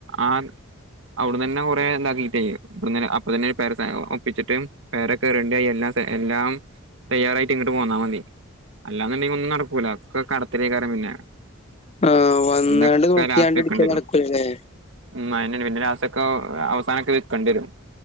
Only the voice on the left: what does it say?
ആഹ് വന്നാണ്ട്
നോക്കിയാണ്ട്
ഇട്ക്കല് നടക്കൂലല്ലേ